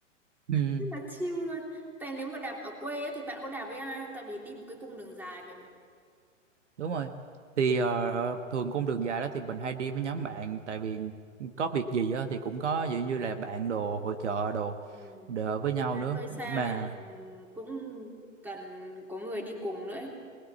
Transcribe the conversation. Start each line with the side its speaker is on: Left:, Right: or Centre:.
Right: Ừm.
Centre: rất là chill luôn tại nếu mà đạp ở quê ấy, thì bạn có đạp với ai không tại vì đi một cái cung đường dài vậy mà
Right: Đúng rồi. Thì ờ, thường cung đường dài đó thì mình hay đi với nhóm bạn tại vì có việc gì á thì cũng có ví dụ như là bạn đồ hội trợ đồ
Centre: Ừ.
Right: đỡ với nhau
Centre: kiểu đạp
Right: nữa
Centre: hơi xa
Right: mà
Centre: nên là ừ, cũng cần có người đi cùng nữa ấy.